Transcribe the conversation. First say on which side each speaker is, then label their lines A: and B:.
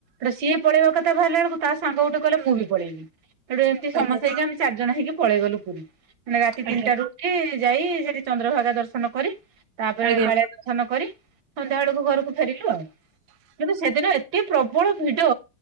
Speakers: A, on the right; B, on the right.
A: ତ ସିଏ ପଳେଇବା କଥା ବାହାରିଲା ବେଳକୁ ତା ସାଙ୍ଗ ଗୁଟେ କହିଲା, ମୁଁ ବି ପଳେଇବି। ସେଠୁ ଏମତି
B: ଆଜ୍ଞା
A: ସମସ୍ତେ ହେଇକି ଆମେ ଚାରିଜଣ ହେଇକି ପଳେଇ ଗଲୁ ପୁରୀ। ମାନେ ରାତି ତିନଟା
B: ଆଜ୍ଞା
A: ରୁ ଉଠି ଯାଇ ସେଠି ଚନ୍ଦ୍ରଭାଗା ଦର୍ଶନ କରି ତାପରେ
B: ଆଜ୍ଞା
A: କାଳିଆ ଦର୍ଶନ କରି ସନ୍ଧ୍ୟା ବେଳକୁ ଘରକୁ ଫେରିଲୁ ଆଉ। କିନ୍ତୁ ସେଦିନ ଏତେ ପ୍ରବଳ ଭିଡ